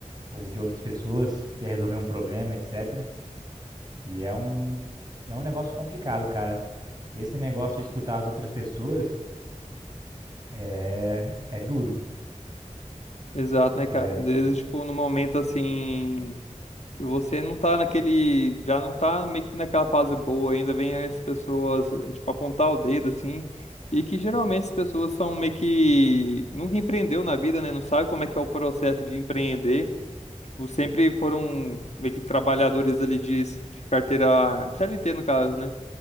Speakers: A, on the right; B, on the left.
A: ou de outras pessoas, quer resolver um problema, etc. E é um, e é um negócio complicado, cara. Esse negócio de escutar as outras pessoas é, é duro.
B: Exato, né,
A: É,
B: cara? Às vezes, tipo, no momento assim, que você não tá naquele, já não tá meio que naquela fase boa, ainda vem as pessoas, eh, tipo, apontar o dedo assim, e que geralmente as pessoas são meio que nunca empreendeu na vida, né? Não sabe como é que é o processo de empreender. Tipo, sempre foram meio que trabalhadores ali de, de carteira, de CLT no caso, né?